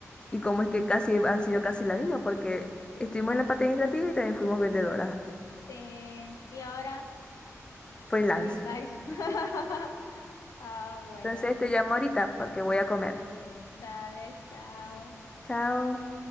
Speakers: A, on the left; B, on the left.
A: Y cómo es que casi han sido casi la misma, porque estuvimos en la parte administrativa y también fuimos vendedoras,
B: Sí, y ahora,
A: freelance.
B: free life.
A: <laughs>
B: <laughs> Ah, bueno.
A: Entonces te llamo ahorita porque voy a comer.
B: Dale, chao.
A: Chao.